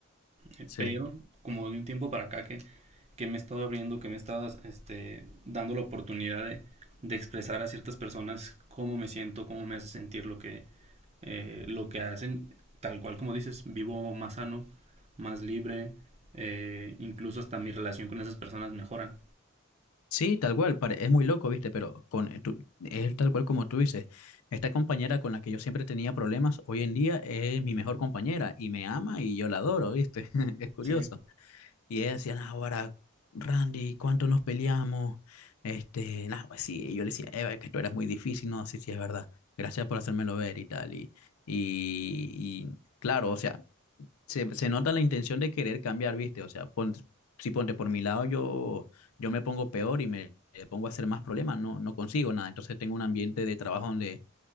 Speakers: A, on the right; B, on the left.
A: eh,
B: sí.
A: Pero como de un tiempo para acá que, que me he estado abriendo, que me he estado este, dando la oportunidad de, de expresar a ciertas personas cómo me siento, cómo me hace sentir lo que, eh, lo que hacen. Tal cual como dices, vivo más sano, más libre, eh, incluso hasta mi relación con esas personas mejora.
B: Sí, tal cual, pare- es muy loco, ¿viste? Pero con, eh, tú- es tal cual como tú dices. Esta compañera con la que yo siempre tenía problemas, hoy en día es mi mejor compañera y me ama y yo la adoro, ¿viste? <laughs> Es curioso.
A: Sí.
B: Y ella decía, "No, ahora, Randy, ¿cuánto nos peleamos? Este, nah, pues sí, y yo le decía, Eva, es que esto era muy difícil, no, sí, sí, es verdad. Gracias por hacérmelo ver y tal. Y, y, y claro, o sea, se, se nota la intención de querer cambiar, ¿viste? O sea, pon- si ponte por mi lado, yo, yo me pongo peor y me eh, pongo a hacer más problemas, no, no consigo nada. Entonces tengo un ambiente de trabajo donde